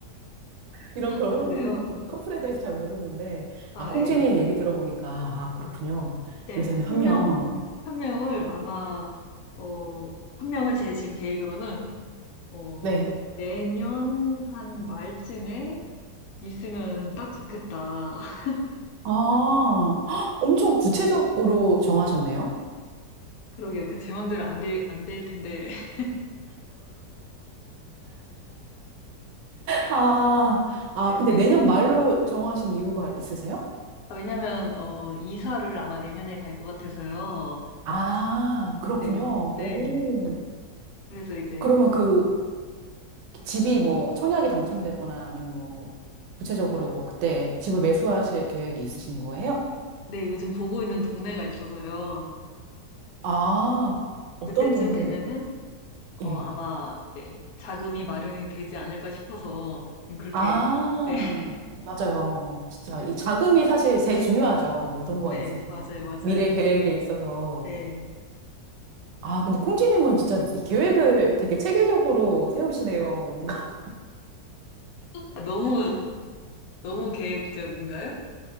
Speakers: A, on the right; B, on the left.
A: 이런 결혼
B: 아, 그래요?
A: 커플에 대해서 잘 모르는데
B: 아,
A: 아, 콩지님
B: 예.
A: 얘기 들어보니까 아, 그렇군요.
B: 네,
A: 요새는
B: 한
A: 한 명.
B: 명, 한 명을 아마, 어, 한 명을 제 지금 계획으로는, 어,
A: 네.
B: 내년 한 말쯤에 있으면 딱 좋겠다. <laughs>
A: 아, 헉, 엄청 구체적으로 정하셨네요.
B: 그러게요. 그 제 맘대로 안 될, 안 될 텐데. <laughs>
A: 아, 아,
B: 네,
A: 근데
B: 왜,
A: 내년 말로 정하신 이유가 있으세요?
B: 아, 왜냐면, 어, 이사를 아마 내년에 갈 것 같아서요.
A: 아, 그렇군요.
B: 네, 네.
A: 오.
B: 그래서 이제,
A: 그러면 그 집이 뭐 청약이 당첨되거나 아니면 뭐 구체적으로
B: 아,
A: 뭐 그때 집을 매수하실 계획이 있으신 거예요?
B: 네, 요즘 보고 있는 동네가 있어서요.
A: 아, 어떤
B: 그때쯤
A: 동네,
B: 되면은 어,
A: 예.
B: 아마 네, 자금이 마련이 되지 않을까 싶어서 지금 그렇게
A: 아,
B: 네, <laughs>
A: 맞아요. 진짜 이 자금이 사실 제일 중요하죠. 모든 거에
B: 네,
A: 있어서.
B: 맞아요, 맞아요.
A: 미래 계획에 있어서.
B: 네.
A: 아, 근데 콩쥐님은 진짜 이 계획을 되게 체계적으로 세우시네요. 뭔가.
B: 아, 너무 너무 계획적인가요?